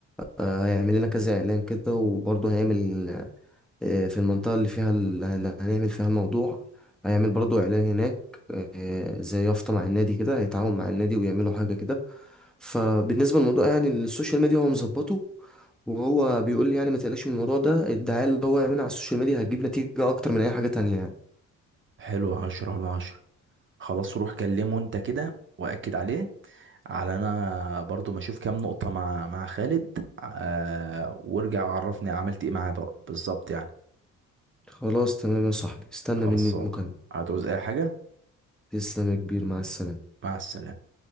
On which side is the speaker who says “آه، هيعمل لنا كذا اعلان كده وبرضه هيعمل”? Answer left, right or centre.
Centre